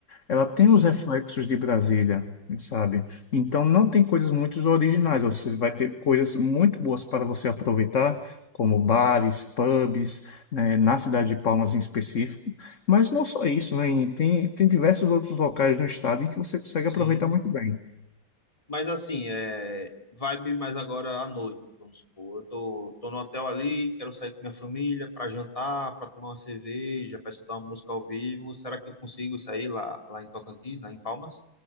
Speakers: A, on the left; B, on the left.
A: Ela tem
B: Sim,
A: os reflexos de Brasília, sabe? Então não tem coisas muito originais. Você vai ter coisas muito boas para você aproveitar, como bares, pubs, né, na cidade de Palmas em específico. Mas não só isso, né? E Tem, tem diversos outros locais no estado em que você consegue
B: sim.
A: aproveitar muito bem.
B: Mas assim, é vibe mais agora à noite, vamos supor. Eu tô, tô no hotel ali, quero sair com minha família para jantar, para tomar uma cerveja, para escutar uma música ao vivo. Será que eu consigo sair lá, lá em Tocantins, né, em Palmas?